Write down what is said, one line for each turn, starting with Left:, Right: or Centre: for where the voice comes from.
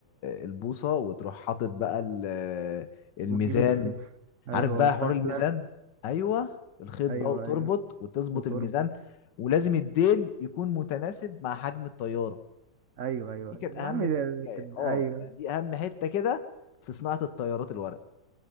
Left: البوصه وتروح حاطط بقى ال- الميزان
Right: وتجيب الفلفل ايوه
Left: عارف بقى
Right: والفتله
Left: حوار الميزان ايوه الخيط
Right: ايوه
Left: بقى وتربط
Right: ايوه
Left: وتظبط
Right: وتربط
Left: الميزان ولازم الديل يكون متناسب مع حجم الطياره
Right: ايوه ايوه
Left: دي
Right: أيوه.
Left: كانت اهم
Right: يا عم ده
Left: تركايه
Right: ده كانت
Left: اه
Right: ايوه
Left: يعني دي اهم حته كده في صناعه الطيارات الورق